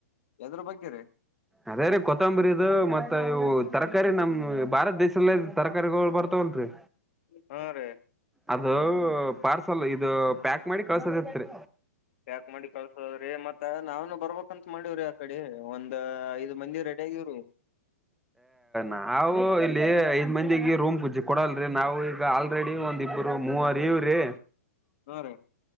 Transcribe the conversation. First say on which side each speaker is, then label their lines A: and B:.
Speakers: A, on the left; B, in the centre.
A: ಎದ್ರ ಬಗ್ಗೆ ರೀ.
B: ಅದೇ ರೀ ಕೊತ್ತಂಬರಿ ಇದು ಮತ್ತ ಇವು ತರಕಾರಿ ನಮ್ ಭಾರತ ದೇಶದಲ್ಲೇ ತರಕಾರಿಗಳು ಬರತಾವಲ್ಲ್ ರೀ
A: ಹಾ ರೀ
B: ಅದು ಪಾರ್ಸಲ್ ಇದು ಪ್ಯಾಕ್ ಮಾಡಿ ಕಳ್ಸದಿತ್ರಿ.
A: ಪ್ಯಾಕ್ ಮಾಡಿ ಕಲ್ಸದ್ರಿ ಮತ್ತ ನಾವುನು ಬರಬೇಕು ಅಂತ ಮಾಡವ್ರಿ ಆಕಡೆ ಒಂದ. ಹಾ ಐದು ಮಂದಿ ರೆಡಿ ಆಗಿವಿರಿ.
B: ನಾವು ಇಲ್ಲಿ ಐದ್ ಮಂದಿಗೆ ರೂಮ್ ಕುೂಜಿ ಕೊಡಲ್ರಿ ನಾವು ಈಗ ಆಲ್. ಆಲ್ರೆಡಿ ಒಂದಿಬ್ಬರು ಮೂವರು ಇವ್ರೀ.
A: ಹುನ್ರಿ